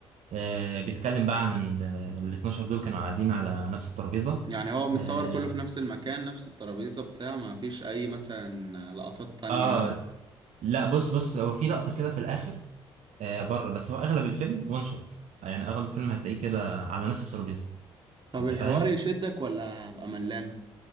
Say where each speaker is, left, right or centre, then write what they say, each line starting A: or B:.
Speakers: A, on the right; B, on the right.
A: آه بيتكلم بقى عن ال ال 12 دول كانوا قاعدين على نفس الترابيزه
B: يعني هو متصور
A: آه,
B: كله في نفس المكان نفس الترابيزة بتاع ما فيش أي مثلا لقطات تانية
A: اه لا بص بص هو في لقطه كده في الاخر آه بره بس هو اغلب الفيلم وان شوت يعني اغلب الفيلم هتلاقيه كده على نفس الترابيزه
B: طب
A: انت
B: الحوار
A: فاهم
B: يشدك ولا هبقى ملان؟